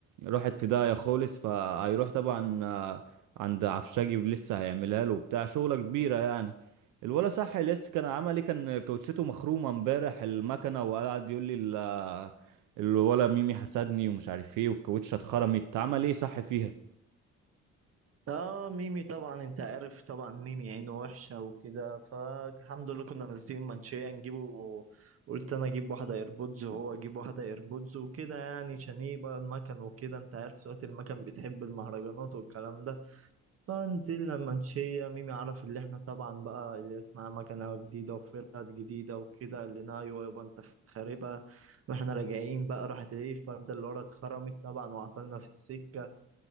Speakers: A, on the right (about 80°); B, on the right (about 50°).
A: راحت في داهيه خالص فهيروح طبعا آه، عند عفشاجي لسه هيعملها له وبتاع شغله كبيره يعني الولا صح لسه كان عمل ايه كان كاوتشته مخرومه امبارح المكنه وقعد يقول لي ال- الولا ميمي حسدني ومش عارف ايه والكاوتشه اتخرمت عمل ايه صح فيها
B: اه ميمي طبعا انت عارف طبعا ميمي عينه وحشة وكده فالحمد لله كنا نازلين منشية نجيبه قلت انا اجيب واحدة ايربودز وهو اجيب واحدة ايربودز وكده يعني عشان ايه بقى المكن وكده انت عارف سواقة المكن بتحب المهرجانات والكلام ده فنزلنا منشية ميمي عرف اللي احنا طبعا بقى اللي اسمها مكنة جديدة وفرد جديدة وكده قال لنا ايوه يابا انت خاربها واحنا راجعين بقى راحت ايه الفردة اللي ورا اتخرمت طبعا وعطلنا في السكة